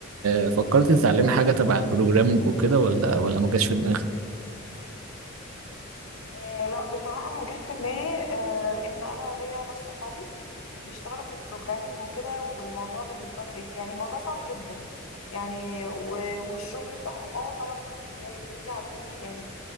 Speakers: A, on the right; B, on the left.
A: آه، فكرتي تتعلمي حاجة تبع البروجرامنج وكده ولا ولا ما جاش في دماغك
B: آه، لا بصراحة ما جاش في دماغي آه، لأن أنا ليا ناس صحابي بيشتغلوا في البروجرامينج وكده والموضوع بالنسبة ل- يعني الموضوع صعب جدا يعني و- والشغل بتاعهم اه طبعا بي- بيجي عليهم يعني